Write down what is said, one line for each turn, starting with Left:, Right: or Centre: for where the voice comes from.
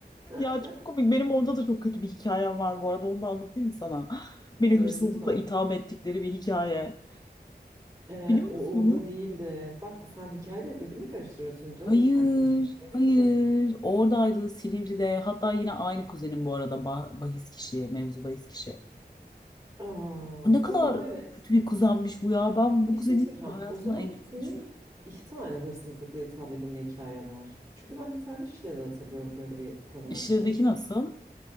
Right: <laughs>
Left: Ya çok komik. Benim orada da çok kötü bir hikayem var bu arada. Onu da anlatayım mı sana? <gasps> Beni
Right: Evet
Left: hırsızlıkla
Right: lütfen.
Left: itham ettikleri bir hikaye.
Right: Ee,
Left: Biliyor musun
Right: o
Left: onu?
Right: orada değildi. Bak sen hikayeleri birbirine karıştırıyorsun canım
Left: Hayır,
Right: arkadaşım. Bebeğim
Left: hayır.
Right: benim.
Left: Oradaydı Silivri'de. Hatta yine aynı kuzenim bu arada. Ba- bahis kişi, mevzu bahis kişi.
Right: Aa,
Left: Ne kadar
Right: tamam evet.
Left: kötü bir kuzenmiş bu ya. Ben bu
Right: Bir
Left: kuzeni
Right: şey soracağım.
Left: hayatımda
Right: O zaman
Left: engellemeyi
Right: senin
Left: düşünüyorum.
Right: iki tane hırsızlıkla itham edilme hikayen var. Çünkü ben bir tane Şile'de hatırlıyorum böyle bir konu
Left: İşledeki
Right: olmuştu hatırlıyor
Left: nasıl?
Right: musun?